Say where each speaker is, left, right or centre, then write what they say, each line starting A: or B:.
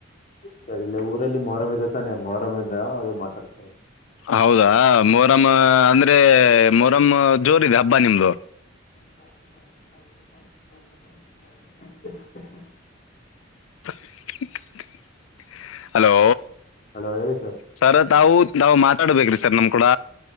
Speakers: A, on the left (about 40°); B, on the left (about 80°).
A: ಸರಿ ಇಲ್ಲ ಊರಲ್ಲಿ ಮೊಹರಮ್ ಇ ಇದ ತಾನೆ ಮೊಹರಮಂದ ಅದು ಮಾತಾಡ್ತ್ರಾರೆ
B: ಹೌದಾ ಮೊರಂ ಅಂದ್ರೆ ಮೊರಂ ಜೋರಿದೆ ಹಬ್ಬ ನಿಮ್ದು
A: <unintelligible>
B: <unintelligible> ಹಲೋ
A: ಹಲೋ ಹೇಳಿ
B: ಸರ್ ತಾವು ತಾವು ಮಾತಾಡ್ಬೇಕ್ರಿ ಸರ್ ನಮ್ ಕೂಡ